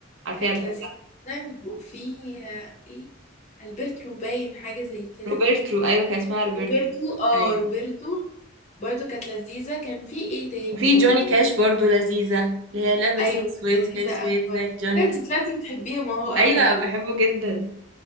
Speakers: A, on the right; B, on the left.
A: عارفاها
B: كانت
A: بحبها
B: لذيذة جدا وفي آه، ايه البرتو باين حاجة زي كده
A: روبرترو ايوه كان اسمها روبرترو
B: روبرتو اه
A: ايوه
B: روبرتو برضو كانت لذيذة كان في ايه تاني
A: وفي
B: برضو
A: جوني كاش برضو لذيذة اللي هي لابس
B: ايوه كانت
A: اسود
B: لذيذة
A: في اسود
B: اكبر
A: زي جوني
B: انت
A: كاش
B: طلعتي بتحبيهم اهو قوي
A: ايوه
B: بقى
A: بحبه جدا